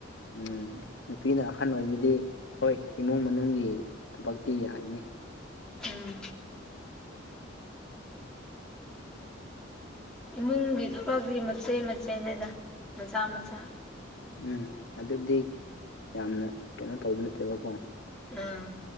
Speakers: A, on the left (about 65°); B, in the centre.
A: ꯎꯝ ꯅꯨꯄꯤꯅ ꯑꯍꯟ ꯑꯣꯏꯕꯤꯗꯤ ꯍꯣꯏ ꯏꯃꯨꯡ ꯃꯅꯨꯡꯒꯤ ꯊꯕꯛꯇꯤ ꯌꯥꯒꯅꯤ
B: ꯎꯝ ꯏꯃꯨꯡꯒꯤ ꯊꯕꯛꯇꯤ ꯃꯆꯦꯠ ꯃꯆꯦꯅꯦꯗ ꯃꯆꯥ ꯃꯆꯥ
A: ꯎꯝ ꯑꯗꯨꯕꯨꯗꯤ ꯌꯥꯝꯅ ꯀꯩꯅꯣ ꯇꯧꯕ ꯅꯠꯇꯦꯕꯀꯣ
B: ꯎꯝ